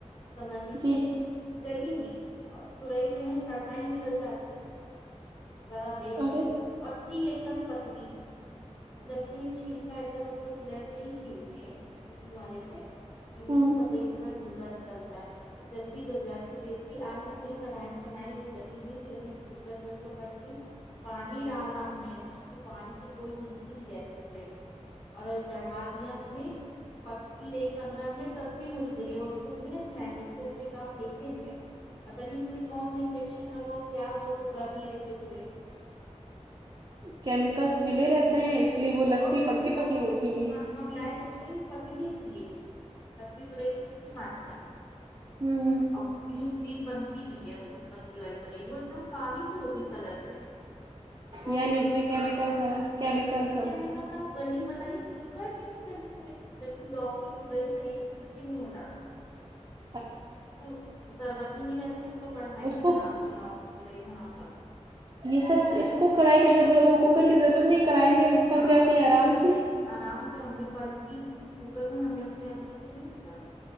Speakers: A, on the left (about 40°); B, on the right (about 40°).
A: سمجھ لیجیے
B: جی
A: گلی نہیں اور ترئی جو ہے کڑھائی میں گل جاتی ہے ذرا دیر
B: ارے
A: میں اور تھی ایک دم پتلی جبکہ چھیلکا ایک دم اسے پلر سے ہی چھیلتے ہیں پلنگ والے سے بالکل
B: ہ
A: سفید سفید گودا نکلتا ہے جلدی گزاتی ٹیسٹی آ رہئی ہے کڑھ بنائی ہو گلی پھر ہم نے اسکو کوکر میں پانی ڈالا ہم نے اس میں کہ پانی کی کوئی نیٹھی نہیں رہتی تورائے میں اور چڑھا دیا میں بھی پ ی رہی پندرہ منٹ تب بھی وہ نکلے اور اس کو تمہیں نہ چلائیں گے اس کو ان نے کہا پھینک دیں گے پتا نہیں اس میں کون سا انجیکشن لگا ہو کیا ہو تو گم ہی رہی ہے تورئی
B: کیمیکلس ملے رہتے ہیں اس لیے وہ لگتی
A: اور جبکہ
B: پکی
A: بہت
B: پکی ہوتی نہیں
A: ہاں ہم لائے تھے ترائی پتلی تھی ایک پتلی توائی اچھی مانتا
B: ہمم
A: اور گرین گرین بنتی بھی ہے پتلی والی توریی وہ ایک دم کالی بھی ہو گئی کلر سے اس کو ہم
B: یعنی اس میں کیمیکل ہے کیمیکل تھا
A: کہتا گلی بتائیے کوکر میں نہیں گلی تورئی جبکہ لوکی تورئی تو ایک سی مٹی میں ملاوٹ
B: ہاں
A: اس کو ضرورت ہی نہیں رہتی ہم تو کڑھائی
B: اس
A: ہی
B: کو
A: بناتے لوکی ترائی یہاں سب
B: یہ سب اس کو کڑھائی کی ضرور وہ کوکر کی ضرورت نہیں کڑھائی میں پک
A: ہاں
B: جاتی ہے آرام سے
A: آرام سے ہم نے پلٹی کوکر میں ہم نے اپنے ہسبینڈ کو نہیں کیایا